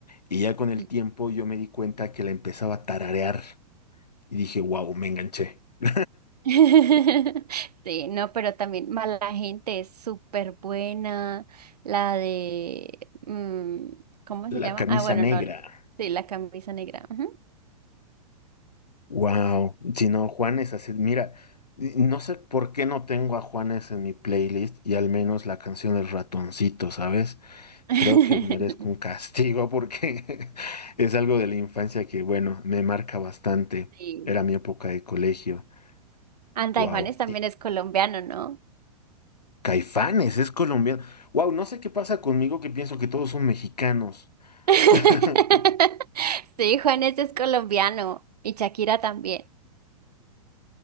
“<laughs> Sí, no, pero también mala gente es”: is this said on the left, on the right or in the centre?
Right